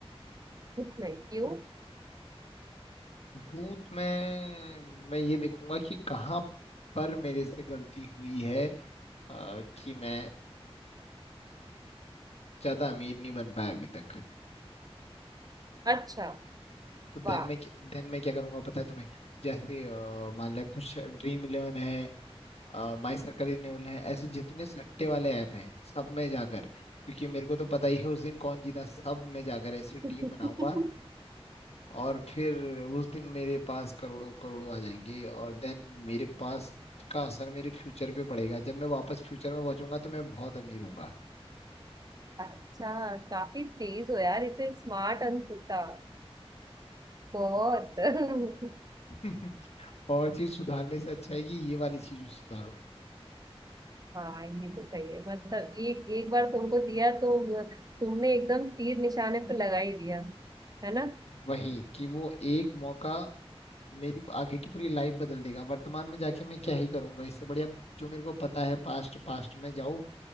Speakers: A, on the right (about 40°); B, on the left (about 80°).
A: खुद में क्यों
B: भूत में मैं ये देखूंगा कि कहाँ पर मेरे से गलती हुई है अ, कि मैं ज्यादा अमीर नहीं बन पाया अभी तक
A: अच्छा
B: तो देन
A: वाह
B: में देन में क्या करूंगा पता है तुम्हें जैसे अ, मान लिया कुछ ड्रीम इलेवन है माई सर्कल इलेवन है ऐसे जितने सट्टे वाले ऐप हैं सब में जाकर क्योंकि मेरे को तो पता ही है उस दिन कौन जीता सब में जाकर ऐसी टीम
A: <laughs>
B: बनाऊंगा और फिर उस दिन मेरे पास करोड़ों करोड़ों आ जाएंगे और देन मेरे पास का असर मेरे फ्यूचर पे पड़ेगा जब मैं वापस फ्यूचर में पहुंचूंगा तो मैं बहुत अमीर होऊंगा
A: अच्छा काफी तेज हो यार इतने स्मार्ट अंकुता बहुत <laughs>
B: <laughs> और चीज सुधारने से अच्छा है कि ये वाली चीज सुधारो
A: हाँ ये तो सही है मतलब एक एक बार तुमको दिया तो तुमने एकदम तीर निशाने पे लगा ही दिया है ना
B: वही कि वो एक मौका मेरी आगे की पूरी लाइफ बदल देगा वर्तमान में जाके मैं क्या ही करूंगा इससे बढ़िया जो मेरे को पता है पास्ट पास्ट में जाओ